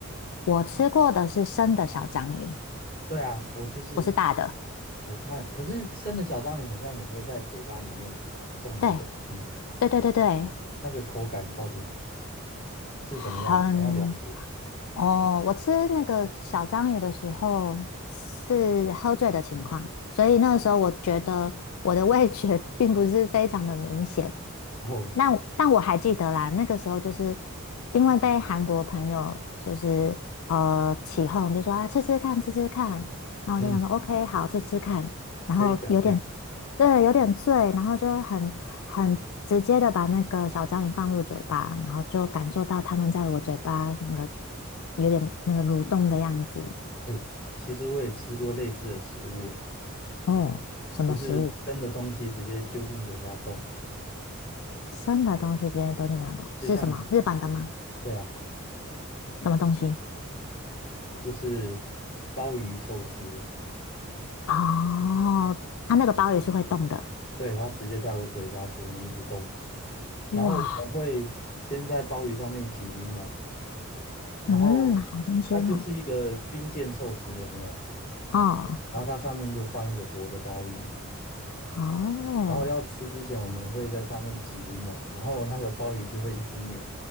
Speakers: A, on the left; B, on the left.
A: 我吃过的是生的小章鱼，
B: 对啊，我就是
A: 不是大的。
B: 有看，可是生的小章鱼好像也会在嘴巴里面动来动去，
A: 对，对对对对，
B: 那那个口感到底是怎么样？
A: 很
B: 想要了解
A: 哦，我吃那个小章鱼的时候是喝醉的情况，所以那个时候我觉得我的味觉 <laughs> 并不是非常的明显。
B: 哦，
A: 那但我还记得啦，那个时候就是因为被韩国朋友就是呃起哄，就说啊吃吃看吃吃看，然后我就想说
B: 嗯，
A: OK 好吃吃看，然后有点
B: 可以想象。
A: 对，有点醉，然后就很很直接的把那个小章鱼放入嘴巴，然后就感受到它们在我嘴巴那个有点那个蠕动的样子。
B: 哎，其实我也吃过类似的食物，哎，
A: 哦，什么食物？
B: 就是生的东西直接丢进嘴巴动，
A: 生的东西直接都进嘴巴动，是什么？
B: 就像你，
A: 日本的吗？
B: 对啊，
A: 什么东西？
B: 就是鲍鱼寿司，
A: 哦，它那个鲍鱼是会动的。
B: 对，它直接在我嘴巴前面一直动。
A: 哇，
B: 然后我们会先在鲍鱼上面挤柠檬，然后它就是一个军舰寿司，
A: 嗯，好新鲜哦。
B: 有没有？
A: 哦，
B: 然后它上面就放一个活的鲍鱼，
A: 哦，
B: 然后要吃之前我们会在上面挤柠檬，然后那个鲍鱼就会一直扭，